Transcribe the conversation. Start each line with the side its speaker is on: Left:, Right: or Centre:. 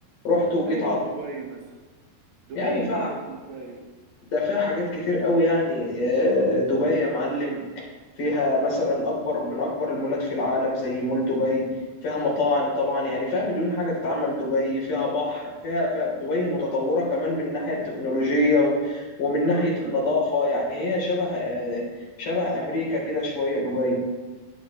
Left: رحت وجيت
Right: فيها ايه
Left: على طول.
Right: دبي مثلا دبي
Left: يعني فيها
Right: دي هيكون فيها ايه
Left: ده فيها حاجات كتير قوي يعني آه، دبي يا معلم فيها مثلا اكبر من اكبر المولات في العالم زي مول دبي فيها مطاعم طبعا يعني فيها مليون حاجه تتعمل دبي فيها بحر فيها, فيها دبي متطوره كمان من ناحيه التكنولوجيا و- ومن ناحيه النظافه
Right: مم.
Left: يعني هي شبه آه، شبه امريكا كده شويه دبي